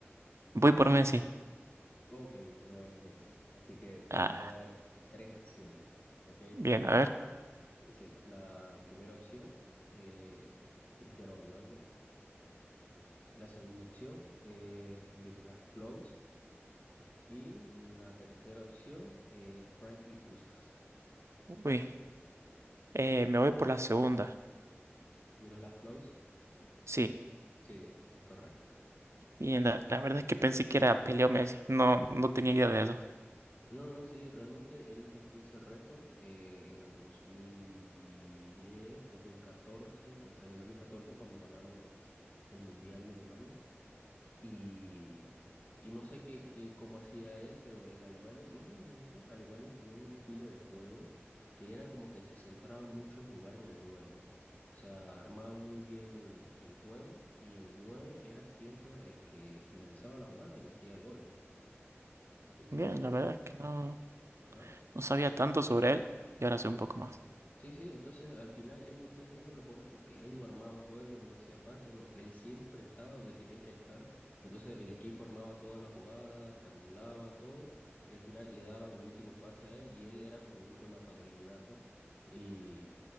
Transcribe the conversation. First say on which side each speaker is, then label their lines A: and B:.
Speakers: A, on the right; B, on the left.
A: voy por Messi.
B: Ok, no es Messi. Así que te
A: Ah,
B: voy a dar tres opciones. Ok.
A: bien, a ver.
B: Ok, la primera opción, eh, Cristiano Ronaldo. La segunda opción, eh, Miroslav Klose. Y la tercera opción, eh, Franklin Puskás.
A: Uy, eh, me voy por la segunda.
B: Miroslav Klaus,
A: Sí.
B: sí, es correcto.
A: Bien, la, la verdad es que pensé que era Pelé o Messi. No, no tenía idea de eso.
B: No, no, sí, realmente él rompió ese récord eh, en el dos dos mil diez, dos mil catorce, porque en el 2014 cuando ganaron el Mundial de Alemania. Y, y no sé qué, qué, cómo hacía él, pero en Alemania, en ese momento, Alemania tenía un estilo de juego que era como que se centraban mucho en jugar en el nueve, O sea, armaban muy bien el, el juego y el 9 era siempre el que finalizaba la jugada y metía el gol. Entonces,
A: Bien, la verdad es que no,
B: ajá.
A: no sabía tanto sobre él y ahora sé un poco más.
B: Sí, sí, entonces al final él metía siempre los goles porque él no armaba juego, él no hacía pases, no, él siempre estaba donde tenía que estar. Entonces el equipo armaba toda la jugada, triangulaba todo y al final le daban el último pase a él y él era como un rematador innato y